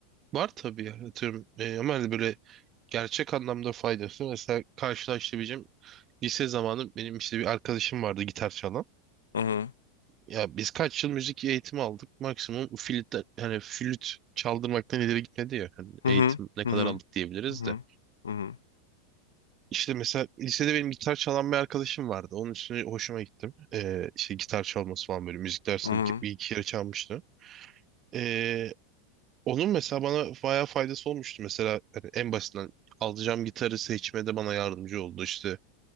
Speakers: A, on the right; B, on the left.
A: var tabii ya. Atıyorum, e, ama hani böyle gerçek anlamda faydası mesela karşılaştırabileceğim lise zamanı benim işte bir arkadaşım vardı gitar çalan.
B: Hı hı.
A: Ya biz kaç yıl müzik eğitimi aldık maksimum flüt hani flüt çaldırmaktan ileri gitmedi ya hani
B: Hı
A: eğitim
B: hı.
A: ne
B: Hı
A: kadar
B: hı.
A: aldık diyebiliriz
B: Hı hı.
A: de.
B: Hı hı.
A: İşte mesela lisede benim gitar çalan bir arkadaşım vardı. Onun üstüne hoşuma gittim. Ee, işte gitar çalması falan böyle müzik dersinde
B: Hı hı.
A: bir, ke- bir iki kere çalmıştı. Ee, onun mesela bana bayağı faydası olmuştu. Mesela hani en basitinden alacağım gitarı seçmede bana yardımcı oldu. İşte